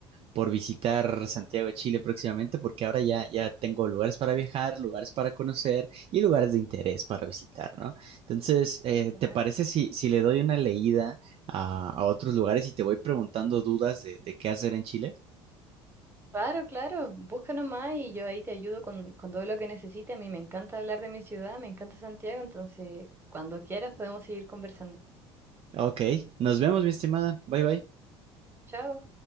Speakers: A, on the right; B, on the right.
A: por visitar Santiago de Chile próximamente, porque ahora ya, ya tengo lugares para viajar, lugares para conocer y lugares de interés para visitar, ¿no? Entonces, eh,
B: Claro.
A: ¿te parece si, si le doy una leída a, a otros lugares y te voy preguntando dudas de, de qué hacer en Chile?
B: Claro, claro, busca nomás y yo ahí te ayudo con, con todo lo que necesites. A mí me encanta hablar de mi ciudad, me encanta Santiago, entonces cuando quieras podemos seguir conversando.
A: Ok, nos vemos, mi estimada. Bye bye.
B: Chao.